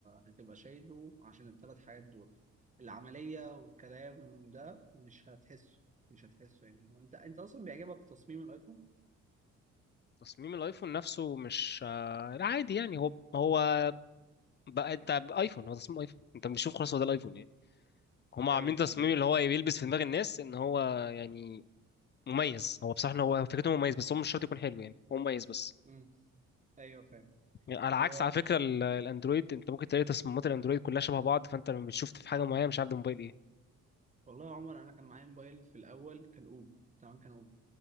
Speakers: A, on the right; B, on the left.
A: هتبقى شايله عشان التلات حاجات دول العملية والكلام ده مش هتحسه مش هتحسه يعني هو أنت أنت أصلا بيعجبك تصميم الأيفون؟
B: تصميم الايفون نفسه مش آه، لا عادي يعني هو هو بقى انت ايفون هو تصميم ايفون انت بتشوف خلاص هو ده الايفون يعني هما
A: أيوه
B: عاملين
A: فاهم
B: تصميم
A: يعني
B: اللي هو بيلبس في دماغ الناس ان هو يعني مميز هو بصراحة إن هو فكرته مميز بس هو مش شرط يكون حلو يعني هو مميز بس
A: مم، أيوه فاهم
B: يعني على
A: و...
B: عكس على فكرة ال- الاندرويد انت ممكن تلاقي تصميمات الاندرويد كلها شبه بعض فانت لما بتشوف في حاجة معينة مش عارف ده موبايل ايه
A: والله يا عمر أنا كان معايا موبايل في الأول كان أوبو تمام كان